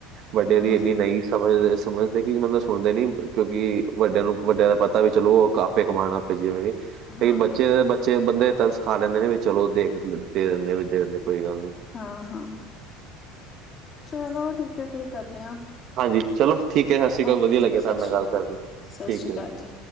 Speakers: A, on the right; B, on the left.
A: ਵੱਡੇ
B: ਹੂੰ
A: ਦੀ ਇੰਨੀ
B: ਹੂੰ
A: ਨਹੀਂ ਸਮਝਦੇ ਸਮਝਦੇ ਕਿ ਮਤਲਬ ਸੁਣਦੇ ਨੀ ਕਿਉਂਕਿ ਵੱਡਿਆਂ ਨੂੰ ਵੱਡਿਆਂ ਦਾ ਪਤਾ ਵੀ ਚਲੋ, ਉਹ ਆਪੇ ਕਮਾਉਣ ਆਪੇ ਜਿਵੇਂ ਵੀ
B: ਹਾਂ
A: ਲਕ ਬੱਚੇ ਬੱਚੇ ਤੇ ਬੰਦੇ ਤਰਸ ਖਾ ਲੈਂਦੇ ਨੇ ਵੀ ਚਲੋ ਦੇਖ ਦੇ ਦਿੰਦੇ ਵੀ ਦੇ ਦਿੰਦੇ ਕੋਈ ਗੱਲ ਨੀ
B: ਹਾਂ, ਹਾਂ ਚਲੋ ਠੀਕ ਹੈ ਫੇਰ ਕਰਦੇ ਹਾਂ।
A: ਹਾਂਜੀ ਚਲੋ ਠੀਕ ਹੈ ਸਤਿ ਸ਼੍ਰੀ ਅਕਾਲ
B: ਓਕੇ
A: ਵਧੀਆ
B: ਜੀ,
A: ਲੱਗਿਆ
B: ਸਤਿ
A: ਤੁਹਾਡੇ ਨਾਲ
B: ਸ੍ਰੀ
A: ਗੱਲ
B: ਅਕਾਲ
A: ਕਰਕੇ
B: ਜੀ, ਸਤਿ
A: ਠੀਕ
B: ਸ਼੍ਰੀ
A: ਹੈ
B: ਅਕਾਲ ਜੀ।